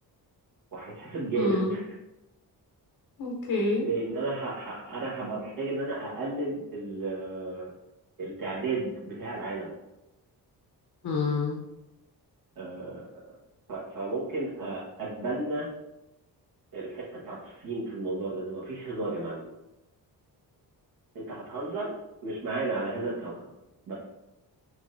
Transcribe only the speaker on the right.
وهيتحاسب جامد
<laughs>
لان انا ه... ه... انا هبقى محتاج ان انا اقلل ال... آه، التعداد بتاع العالم
آه، ف... فممكن آه، اتبنى الحته بتاعت الصين في الموضوع ده ان مفيش هزار يا معلم انت هتهزر مش معانا على هذا الكوكب بس